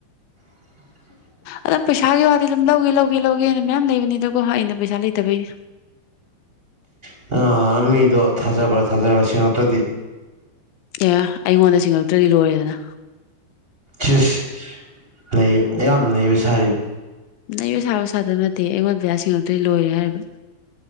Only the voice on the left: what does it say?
ꯑꯗꯨꯝ ꯄꯩꯁꯥꯒꯤ ꯋꯥꯗꯤ ꯑꯗꯨꯝ ꯂꯧꯒꯦ ꯂꯧꯒꯦ ꯂꯧꯒꯦꯅ ꯃꯌꯥꯝ ꯂꯩꯕꯅꯤꯗꯀ‌ꯣ ꯑꯩꯅ ꯄꯩꯁꯥ ꯂꯩꯇꯕꯩꯅꯤ
ꯑꯦ ꯑꯩꯉꯣꯟꯗ ꯁꯤꯡꯉꯛꯇ꯭ꯔꯗꯤ ꯂꯣꯏꯔꯦꯗꯅ
ꯅꯩꯕ ꯁꯥꯕ ꯁꯥꯗꯕ ꯅꯠꯇꯦ ꯑꯩꯉꯣꯟꯗ ꯄꯩꯁꯥ ꯁꯤꯡꯉꯛꯇ꯭ꯔꯗꯤ ꯂꯣꯏꯔꯦ ꯍꯥꯏꯔꯤꯕ